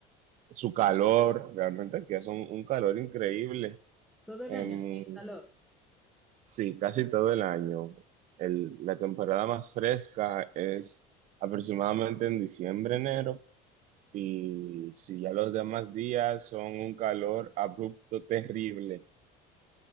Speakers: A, on the right (about 45°); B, in the centre.
A: su calor. Realmente aquí hace un, un calor increíble.
B: Todo el
A: Em,
B: año tenéis calor.
A: sí, casi todo el año. El- la temporada más fresca es aproximadamente en diciembre, enero. Y si ya los demás días son un calor abrupto, terrible.